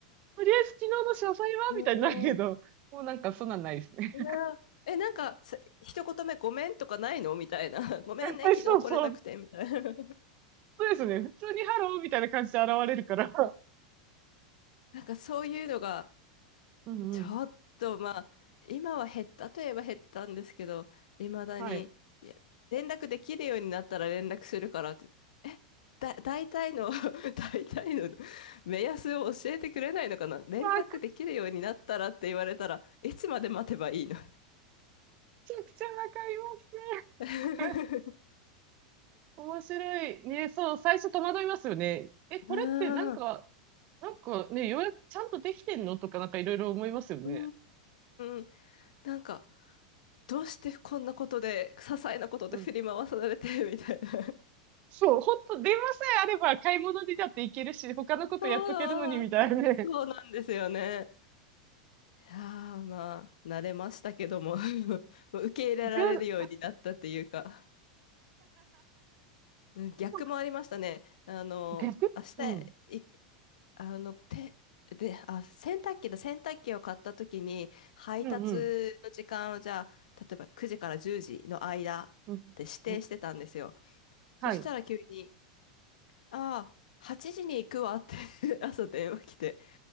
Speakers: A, on the right; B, on the left.
A: りあえず昨日の詳細はみたいになるけど、
B: ーん。
A: もうなんかそんなんないですね。
B: ねえ、なんか、さ一言目ごめんとかないのみたいな。<laughs> ごめんね、
A: <laughs>
B: 昨日来れなくて、
A: そうそう。<laughs>
B: みたいな。
A: そうですね。普通にハローみたいな感じで現れるから。
B: <laughs> なんかそういうのが
A: うんうん。
B: ちょっと、まあ、今は減ったといえば減ったんですけど、未だに、
A: はい。
B: いや、連絡できるようになったら連絡するからって、え、だ、大体の <laughs> 大体の目安を教えてくれないのかな連絡できるようになったらって言われたら、
A: わく
B: いつまで待てばいいの
A: ちゃくちゃわかりますね。
B: <laughs>
A: <laughs> 面白い。ね、そう、最初戸惑いますよね。え、これってなんか、
B: ああ、
A: なんかね、ようやくちゃんとできてんのとかなんかいろいろ思いますよね。
B: うーん、なんか、どうしてこんなことで、些細なことで振り回されて、
A: うん。
B: みたいな。
A: そう、ほんと、電話さえあれば買い物にだって行けるし、他のことやっとけるのにみたいなね。
B: <laughs> そう、そうなんですよね。
A: <laughs>
B: いやー、まあ、慣れましたけども、<laughs> もう受け入れられるようになったっていうか、
A: じゅう
B: うん逆もありましたね。
A: <laughs>
B: あの、
A: 逆うん。
B: 明日、い、あの、て、で、あ、洗濯機だ、洗濯機を買った時に、配達の時間をじゃあ、
A: うんうん。
B: 例えば9時から10時の間って指定してたんですよ。
A: うん。うん。
B: そしたら急に、
A: はい。
B: ああ、8時に行くわって <laughs> 朝電話来て、